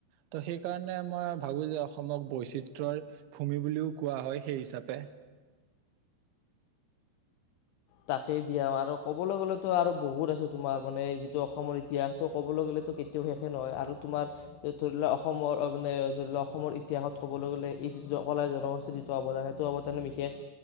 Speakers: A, on the right (about 75°); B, on the left (about 75°).
A: ত' সেইকাৰণে মই ভাবোঁ যে অসমক বৈচিত্ৰৰ ভূমি বুলিও কোৱা হয়, সেই হিচাপে।
B: তাকেই দিয়া আৰু ক'বলৈ গলেতো আৰু বহুত আছে, তোমাৰ মানে যিটো অসমৰ ইতিহাসটো ক'বলৈ গলেতো কেতিয়াও শেষে নহয় আৰু তোমাৰ ধৰি লোৱা অসমৰ মানে ধৰি লোৱা অসমৰ ইতিহাসত কবলৈ গলে এই যিটো কলা জনগোষ্ঠী যিটো অৱদান সেইটো অৱদান বিশেষ